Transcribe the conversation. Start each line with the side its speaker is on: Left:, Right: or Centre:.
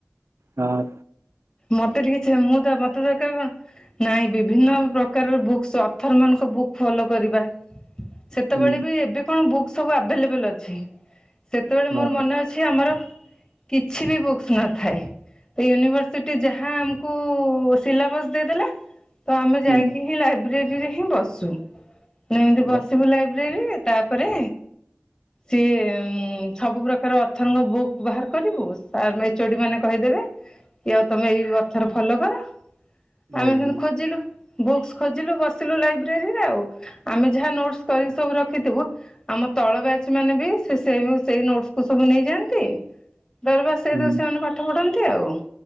Right: ହଁ।
Left: ମତେ ଟିକେ ଚେ ମୁଁ ତ ମତେ ଦରକାର କଣ? ନାଇଁ ବିଭିନ୍ନ ପ୍ରକାରର ବୁକ୍ସ୍ ଅଥର ମାନଙ୍କ ବୁକ୍ ଫଲୋ କରିବା। ସେତେବେଳେ
Right: ହୁଁ
Left: ବି ଏବେ କଣ ବୁକ୍ସ୍ ସବୁ ଆଭେଲେବୁଲ୍ ଅଛି। ସେତେବେଳେ
Right: ହଁ
Left: ମୋର ମନେ ଅ କିଛି ଆମର କିଛି ବି ବୁକ୍ସ୍ ନଥାଏ। ୟୁନିଭର୍ସ ସିଟିଯାହା କୁ ସିଲାବସ୍‌ ଦେଇଦେଲା ତ ଆମେ ଯାଇକି
Right: ହୁଁ
Left: ହିଁ ଲାଇ ବ୍ରେରୀରେ ହିଁ ବସୁ। ମାନେ ଏମିତି ବସିବୁ
Right: ହଁ
Left: ଲାଇବ୍ରେରୀରେ ତାପରେ ସିଏ ସବୁ ପ୍ରକାର ଅଥରଙ୍କ ବୁକ୍ ବାହାର କରିବୁ ସାର୍ ଏ ମେ ଏଚୋଡ଼ି ମାନେ କହିଦେବେ। କି ଆଉ ତମେ ଏଇ ଅଥର ଫଲୋ କର ଆମେ
Right: ଆଜ୍ଞା
Left: ସେମିତି ଖୋଜିଲୁ। ବୁକ୍ସ୍ ଖୋଜିଲୁ ବସିଲୁ ଲାଇବ୍ରେରୀରେ ଆଉ। ଆମେ ଯାହା ନୋଟସ୍ କରିକି ସବୁ ର ରଖିଥିବୁ ଆମ ତଳ ବ୍ୟାଚ ମାନେ ବି ସେ ସେ ସେଇ ନୋଟ୍‌କୁୁ ସବୁ ନେଇଯାଆନ୍ତି। ଦରବା ସେଇତ
Right: ହୁଁ
Left: ସେମାନେ ପାଠ ପଢନ୍ତି ଆଉ।